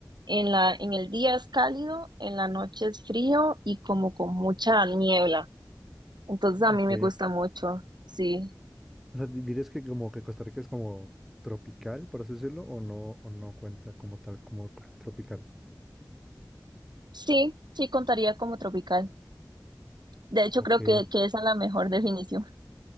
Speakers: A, on the right (about 75°); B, in the centre.
A: en la, en el día es cálido, en la noche es frío y como con mucha niebla. Entonces a
B: Ok.
A: mí me gusta mucho, sí.
B: O sea, di- ¿dirías que como que Costa Rica es como tropical, por así decirlo, o no, o no cuenta como tal, como tropical?
A: Sí, sí contaría como tropical. De hecho,
B: Ok.
A: creo que, que esa es la mejor definición.